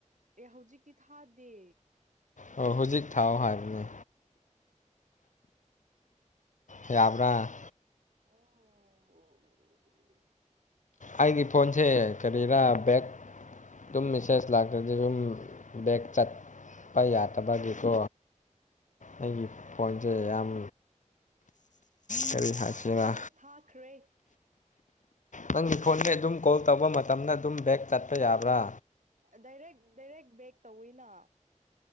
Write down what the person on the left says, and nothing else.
ꯑꯣ ꯍꯧꯖꯤꯛ ꯊꯥꯎ ꯍꯥꯏꯕꯅꯦ ꯌꯥꯕ꯭ꯔꯥ
ꯑꯩꯒꯤ ꯐꯣꯟꯁꯦ ꯀꯔꯤꯔꯥ ꯕꯦꯛ ꯑꯗꯨꯝ ꯃꯦꯁꯦꯁ ꯂꯥꯛꯇ꯭ꯔꯗꯤ ꯁꯨꯝ ꯕꯦꯛ ꯆꯠ ꯄ ꯌꯥꯗꯕꯒꯤꯀꯣ ꯑꯩꯒꯤ ꯐꯣꯟꯁꯦ ꯌꯥꯝ ꯀꯔꯤ ꯍꯥꯏꯁꯤꯔꯥ
ꯅꯪꯒꯤ ꯐꯣꯟꯗꯤ ꯑꯗꯨꯝ ꯀꯣꯜ ꯇꯧꯕ ꯃꯇꯝꯗ ꯑꯗꯨꯝ ꯕꯦꯛ ꯆꯠꯄ ꯌꯥꯕ꯭ꯔꯥ